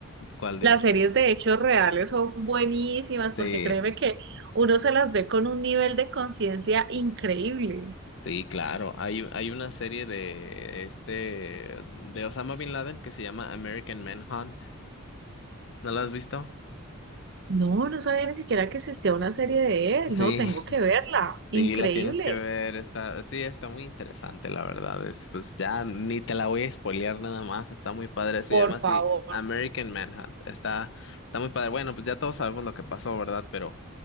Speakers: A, on the left; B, on the right.
A: ¿cuál dime?
B: Las series de hechos reales son buenísimas
A: Sí,
B: porque créeme que uno se las ve con un nivel de conciencia increíble.
A: Sí, claro. Hay, hay una serie de este de Osama Bin Laden que se llama American Manhunt. ¿No la has visto?
B: No, no sabía ni siquiera que existía una serie de él.
A: Sí,
B: No, tengo
A: <laughs>
B: que verla. Increíble,
A: sí, la tienes que ver. Está, sí, está muy interesante, la verdad. Es, pues ya ni te la voy a spoilear nada más. Está muy padre. Se
B: por
A: llama
B: favor.
A: así American Manhunt. Está, está muy padre. Bueno, pues ya todos sabemos lo que pasó, ¿verdad? Pero